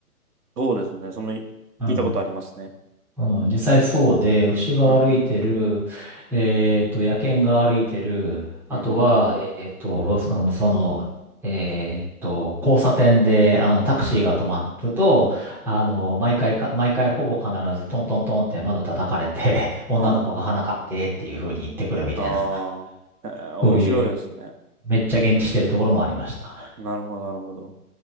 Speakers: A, on the right (about 80°); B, in the centre.
A: そうですね。その、聞いたことありますね。
B: うんうん、実際そうで、牛が歩いてる、
A: うんうん。
B: えっと、野犬が歩いてる、あとは、
A: うん。
B: えっと、その、そのえっと、交差点で、あの、タクシーが止まると、あの、毎回か、毎回ほぼ必ずトントントンって窓叩かれて、<laughs> 女の子が花買ってっていう風に言ってくるみたいな、
A: はい。ああ、えー面白いですね。
B: <laughs> そういう、めっちゃ現地してるところもありました。
A: なるほど、なるほど。